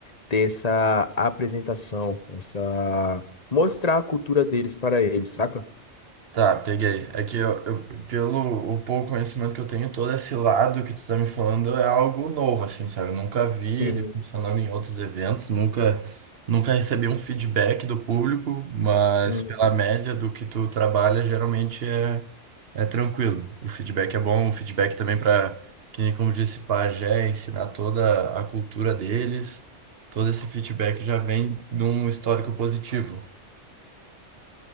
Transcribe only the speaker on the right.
Tá, peguei. É que eu, eu- pelo o pouco conhecimento que eu tenho, todo esse lado que tu tá me falando é algo novo, assim, sabe? Eu nunca vi
ele funcionando em outros eventos, nunca, nunca recebi um feedback do público, mas
pela média do que tu trabalha, geralmente é, é tranquilo. O feedback é bom, o feedback também para, que nem como disse Pajé, ensinar toda a cultura deles, todo esse feedback já vem de um histórico positivo.